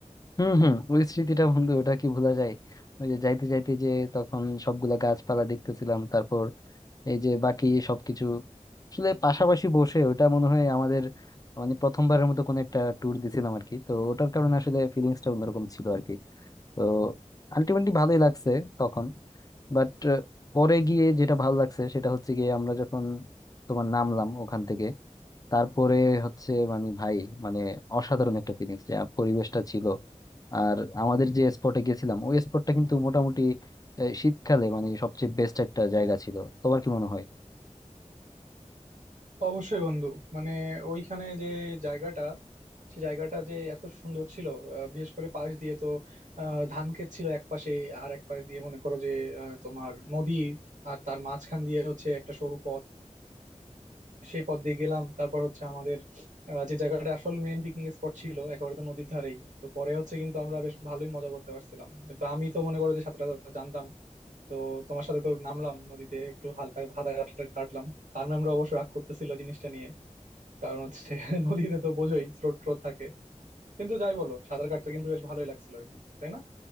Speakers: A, on the left; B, on the right.
A: হুম হুম ওই স্মৃতিটা বন্ধু ওটা কি ভোলা যায় ওই যে যাইতে যাইতে যে তখন সবগুলা গাছপালা দেখতেছিলাম তারপর এই যে বাকি সবকিছু আসলে পাশাপাশি বসে ওটা মনে হয় আমাদের মানে প্রথমবারের মতো কোনো একটা ট্যুর দিছিলাম আর কি তো ওটার কারণে আসলে ফিলিংসটা অন্যরকম ছিল আর কি তো আলটিমেটলি ভালোই লাগছে তখন বাট পরে গিয়ে যেটা ভালো লাগছে সেটা হচ্ছে গিয়ে আমরা যখন তোমার নামলাম ওখান থেকে তারপরে হচ্ছে মানে ভাই মানে অসাধারণ একটা ফিলিংস যে পরিবেশটা ছিল আর আমাদের যে স্পটে গেছিলাম ওই স্পটটা কিন্তু মোটামুটি আহ, শীতকালে মানে সবচেয়ে বেস্ট একটা জায়গা ছিল তোমার কি মনে হয়
B: অবশ্যই বন্ধু মানে ওইখানে যে জায়গাটা সে জায়গাটা যে এত সুন্দর ছিল আহ, বিশেষ করে পাশ দিয়ে তো আহ, ধান ক্ষেত ছিল এক পাশে আর এক পাশ দিয়ে মনে করো যে আহ, তোমার নদী আর তার মাঝখান দিয়ে হচ্ছে একটা সরু পথ সেই পথ দিয়ে গেলাম তারপর হচ্ছে আমাদের আহ, যে জায়গাটা আসল মেইন পিকনিক স্পট ছিল একেবারে তো নদীর ধারেই তো পরে হচ্ছে কিন্তু আমরা বেশ ভালোই মজা করতে পারছিলাম তো আমি তো মনে করো যে সাঁতার টাতার জানতাম তো তোমার সাথে তো নামলাম নদীতে একটু হালকা সাঁতার কাটা কাটলাম স্যার ম্যামরা অবশ্য রাগ করতেছিল জিনিসটা নিয়ে কারণ হচ্ছে <laughs> নদীতে তো বোঝোই স্রোত ট্রোত থাকে কিন্তু যাই বলো সাঁতার কাটতে কিন্তু বেশ ভালোই লাগছিল ওই দিন তাই না